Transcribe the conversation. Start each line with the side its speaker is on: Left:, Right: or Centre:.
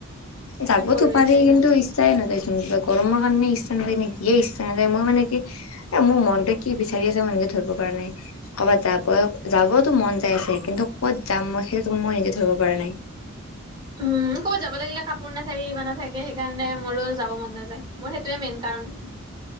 Right: তাতে
Left: যাবতো
Right: বৰ হৈ
Left: পাৰি,
Right: যায়
Left: কিন্তু
Right: মানুহ।
Left: ইচ্ছাই নাযায়চোন কিবা। গৰমৰ কাৰণে ইচ্ছা নাযায় নেকিয়ে? কিয়ে ইচ্ছা নাযায়, মই মানে কি এ। মোৰ মনটোয়ে কি বিচাৰি আছে, মই নিজে ধৰিব পৰা নাই। ক'বাত য বয়ক। যাবইতো মন যাই আছে। কিন্তু ক'ত যাম মই, সেইটো মই নিজে ধৰিব পৰা নাই।
Right: উম। ক'বাত যাব লাগিলে, কাপোৰ নাথাকে। কিবা নাথাকে। সেইকাৰণে মোৰো যাব মন নাযায়। মোৰ সেইটোৱে মেইন কাৰণ।